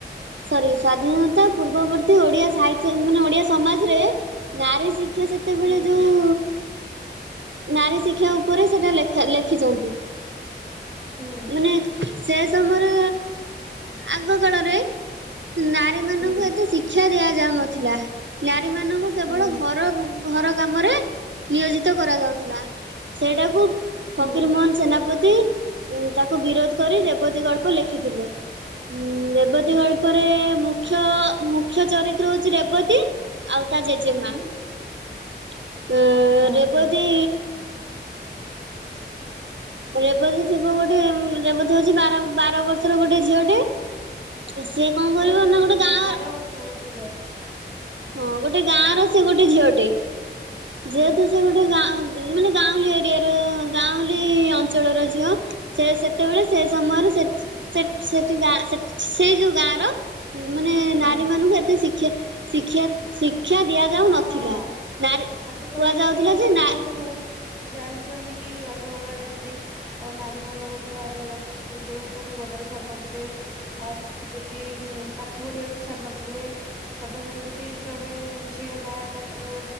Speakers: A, on the right; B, on the left.
A: ସରି ସ୍ଵାଧୀନତା ପୂର୍ବବର୍ତ୍ତୀ ଓଡିଆ ସାହିତ୍ୟ ମାନେ ଓଡିଆ ସମାଜରେ। ନାରୀ ଶିକ୍ଷା ସେତେବେଳେ
B: ହୁଁ
A: ଯୋଉ। ନାରୀ ଶିକ୍ଷା ଉପରେ ସେଇଟା ଲେଖା ଲେଖିଛନ୍ତି
B: ହୁଁ
A: ମାନେ। ସେ ସମୟରେ ଆଗ କାଳରେ ନାରୀ ମାନଙ୍କୁ
B: ହୁଁ
A: ଏତେ ଶିଖ୍ ଶିକ୍ଷା ଦିଆଯାଉନଥିଲା ନାରୀ ମାନଙ୍କୁ କେବଳ
B: ହୁଁ
A: ଘର। ଘର କାମରେ ନିୟୋଜିତ କରାଯାଉଥିଲା ସେଇଟାକୁ।
B: ହୁଁ
A: ଫକୀରମୋହନ ସେନାପତି ତାକୁ ବିରୋଧ କରି ରେବତୀ ଗଳ୍ପ ଲେଖିଥିଲେ। ଉଁ ରେବତୀ
B: ହୁଁ
A: ଗଳ୍ପରେ ମୁଖ୍ୟ ମୁଖ୍ୟ ଚରିତ୍ର ହଉଛି ରେବତୀ। ଆଉତା ଜେଜେମା
B: ହୁଁ
A: ଏଁ
B: ହଁ
A: ରେବତୀ।
B: ହଁ
A: ରେବତୀ ଥିବ ଗୋଟେ ଉଁ ରେବତୀ ହଉଛି ବାର ବାର ବର୍ଷର ଗୋଟେ ଝିଅଟେ। ଏ ସିଏ। କଣ କରିବ
B: ସିଏ
A: ନା
B: ଯୋଉ
A: ଗୋଟେ ଗାଁ
B: ବାର ବର୍ଷର ଥିବ।
A: ହଁ ଗୋଟେ ଗାଁ ର ସେ ଗୋଟେ ଝିଅ ଟେ
B: ହୁଁ
A: ଯେହେତୁ ସେ ଗୋଟେ ଗାଁ ମାନେ ଗାଁଉଲି ଏରିଆର ଗାଁଉଲି ଅଞ୍ଚଳର ଝିଅ। ସେ ସେତେବେଳେ ସେ ସମୟରେ ସେଠି ସେ ସେଠି ଗାଁ ସେଠି ସେଇ ଯୋଉ ଗାଁର। ମାନେ
B: ହଁ
A: ନାରୀ ମାନଙ୍କୁ ଏତେ ଶିକ୍ଷା ଶିକ୍ଷା। ଶିକ୍ଷା ଦିଆ ଯାଉ ନଥିଲା
B: ହଁ
A: ନାରୀ କୁହା
B: ଆଗ କାଳରେ
A: ଯାଉଥିଲା
B: ବି ଆମେ
A: ଯେ ନା
B: ମାନେ ବହୁତ ଜାଣିଛନ୍ତି କି ଆଗ କଳାରେ ଏମତି। ନାରି ମାନଙ୍କୁ ଘରେ ରଖୁଥିଲେ ତାଙ୍କୁ ପଦା କୁ ଛାଡୁ ନଥିଲେ। ଆଉ ଯଦି ଉଁ ପାଠ ପଢିବାକୁ ବି ଛାଡୁ ନଥିବଲେ। ସଦେ ବେଳେ ଯଦି ଜଣେ ଝିଅ। ବାହା ହେଲା ତାର